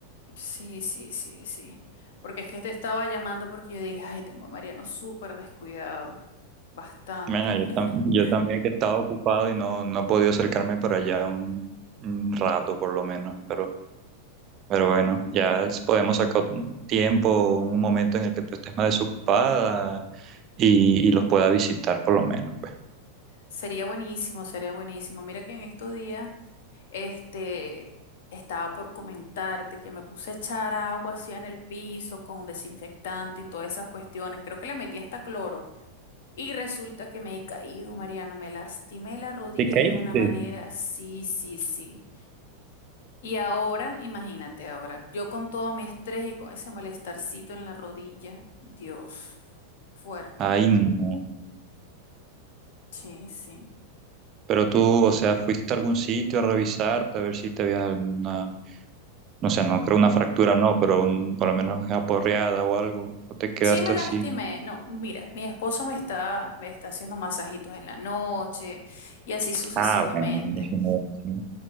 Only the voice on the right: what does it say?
Bueno, yo,
tam- yo también que estaba ocupado y no, no he podido acercarme para allá un, un rato por lo menos, pero Pero bueno, ya s- podemos sacar un tiempo, un momento en el que tú estés más desocupada y, y los pueda visitar por lo menos, pues.
¿Te caíste?
Ay, no.
Pero tú, o sea, fuiste a algún sitio a revisarte, a ver si te habías alguna, no sé, no creo una fractura, no, pero un- por lo menos aporreada o algo, o te quedaste
así.
Ah, bueno, buenísimo, buenísimo.